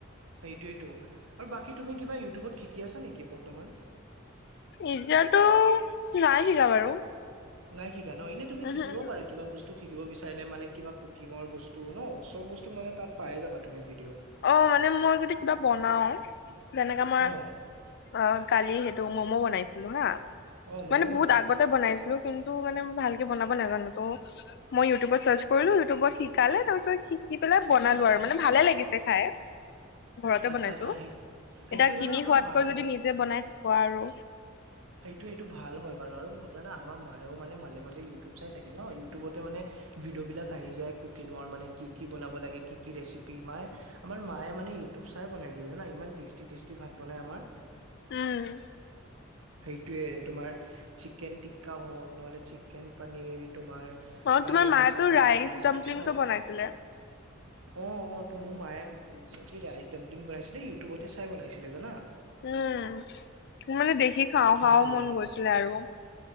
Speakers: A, on the right; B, on the left.
A: সেইটোৱেটো আৰু বাকী তুমি কিবা ইউটিউবত শিকি আছা নেকি বৰ্তমান?
B: এতিয়াটো নাই শিকা বাৰু।
A: নাই শিকা ন এনেই তুমি
B: উহু
A: শিকিব
B: উহু
A: পাৰা কিবা বস্তু। শিকিব বিচাৰিলে মানে কিবা কুকিঙৰ বস্তু ন চব বস্তু মানে তাত পাই যাবা। তুমি ভিডিঅ'
B: অ মানে মই যদি কিবা বনাও যেনেকা মই
A: অ
B: অ কালি। ম'ম' বনাইছিলো হা
A: অ ম'ম'
B: মানে বহুত
A: বনাইছিলা
B: আগতে বনাইছিলোঁ। কিন্তু মানে ভালকে বনাব নাজানো ত মই ইউটিউবত চাৰ্চ কৰিলো ইউটিউবত শিকালে তাৰ পিছত শিকি পেলাই বনালো আৰু মানে ভালে লাগিছে খাই। ঘৰতে
A: আচ্ছা
B: বনাইছো
A: আচ্ছা সেই সেইটোৱে
B: এতিয়া কিনি
A: জানা আমাৰ
B: খোৱাতকৈ
A: মায়েও
B: যদি নিজে বনাই খোৱা আৰু।
A: সেইটো সেইটো ভাল হয় বাৰু আৰু জানা আমাৰ মায়েও মানে মাজে মাজে ইউটিউব চাই থাকে ন ইউটিউবতে মানে ভিডিঅ' বিলাক আহি যায় কুকিঙৰ মানে কি কি বনাব লাগে কি কি ৰেচিপি মায়ে আমাৰ মায়ে মানে ইউটিউব চাই বনাই দিয়ে জানা ইমান টেষ্টি টষ্টি ভাত বনাই আমাৰ।
B: উম!
A: সেইটোয়ে তোমাৰ চিকেন টিক্কা হওঁক নহ'লে চিকেন পনীৰ তোমাৰ
B: অ
A: পানীৰ
B: তোমাৰ মায়েতো
A: মচালা
B: ৰাইচ
A: তোমাৰ
B: ডাম্পলিংছো
A: চব
B: বনাইছিলে।
A: অ অ মোৰ মায়ে ৰাইচ ডাম্পিং বনাইছিলে ইউটিউবতে চাই বনাইছিলে জানা।
B: উম মানে দেখি খাওঁ
A: সেইটোয়ে
B: খাও মন গৈছিলে আৰু।